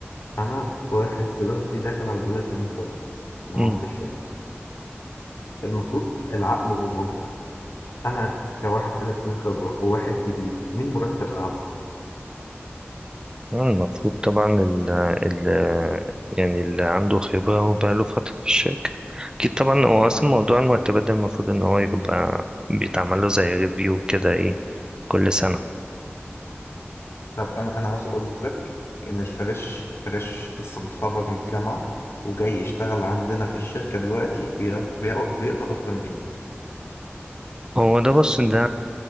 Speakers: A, on the left; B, on the right.
A: انا واحد دلوقتي داخل على ثلاث سنين خبره معاهم
B: يعني
A: في الشركه المفروض العقل والمنطق انا كواحد ثلاث سنين خبره وواحد جديد مين مرتب اعلى
B: آه، المفروض طبعا ال ال يعني اللي عنده خبرة وبقاله فترة في الشركة أكيد طبعا هو أصلا
A: طب
B: موضوع المرتبات ده المفروض إن هو يبقى بيتعمل له زي ريفيو كده إيه كل سنة
A: طب انا انا عاوز اقول لك ان الفريش فريش لسه متخرج من الجامعه وجاي يشتغل عندنا في الشركه دلوقتي بياخ- بياخ- بيقبض اكتر مني
B: هو ده بص ده